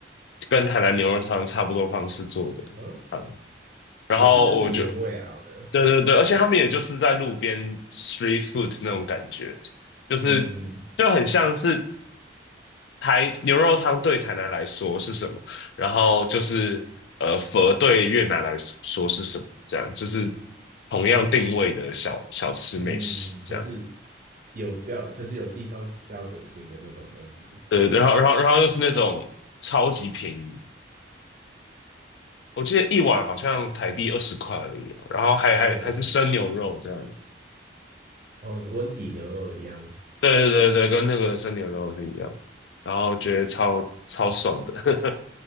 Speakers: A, on the left; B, on the right.
A: 跟台南牛肉汤差不多方式做的汤，
B: 嗯，
A: 然后我就
B: 也是就是原味熬的。
A: 对对对，
B: OK，
A: 而且他们也就是在路边 street food 那种感觉，就是
B: 嗯
A: 就很像是台牛肉汤对台南来说是什么，然后就是呃佛对越南来说是什么，这样就是同样定位的小小吃美食这样。
B: 嗯，就是有标，就是有地方标准性的那种东西。
A: 对，然后然后然后又是那种超级便宜，我记得一碗好像台币二十块而已啊，然后还还还是生牛肉这样。
B: 哦哦，温体牛肉一样，
A: 对对对对，跟那个生牛肉是一样的，然后觉得超超爽的，